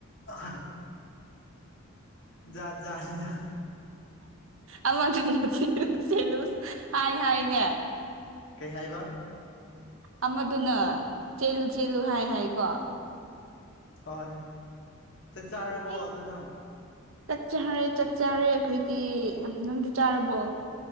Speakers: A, on the left; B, on the right.
A: ꯑ ꯖꯥꯠ ꯖꯥꯠꯅꯤꯗ
B: ꯑꯃꯗꯨꯅ ꯆꯦꯜꯂꯨ ꯆꯦꯜꯂꯨ ꯍꯥꯏ ꯍꯥꯏꯅꯦ
A: ꯀꯩ ꯍꯥꯏꯕ
B: ꯑꯃꯗꯨꯅ ꯆꯦꯜꯂꯨ ꯆꯦꯜꯂꯨ ꯍꯥꯏ ꯍꯥꯏꯀꯣ
A: ꯍꯣꯏ ꯆꯥꯛ ꯆꯥꯔꯕꯣ
B: ꯑꯩ
A: ꯑꯗꯨ ꯅꯪ
B: ꯆꯥꯛ ꯆꯥꯔꯦ ꯆꯥꯛ ꯆꯥꯔꯦ ꯑꯩꯈꯣꯏꯗꯤ ꯅꯪꯗꯤ ꯆꯥꯔꯕꯣ